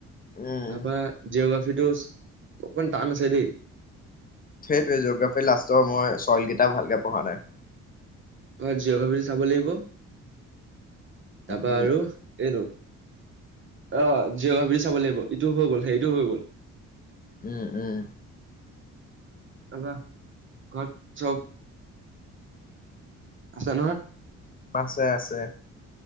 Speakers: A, on the left; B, on the right.
A: উম
B: তাৰপৰা জিঅ'গ্ৰাফিটো অকমান টান আছে দেই।
A: সেইটোৱে। জিঅ'গ্ৰাফী লাষ্টৰ মই চয়লকেইটা ভালকে পঢ়া নাই।
B: ঘৰত জিঅ' গ্ৰাফীটো চাব লাগিব। তাৰপা
A: উম
B: আৰু এইটো অহ। জিঅগ্ৰাফি চাব লাগিব। ইটো হৈ গ'ল। হেৰিটো হৈ গ'ল।
A: উম। উম।
B: তাৰপা ঘৰত চব আছে নহয়?
A: আছে। আছে।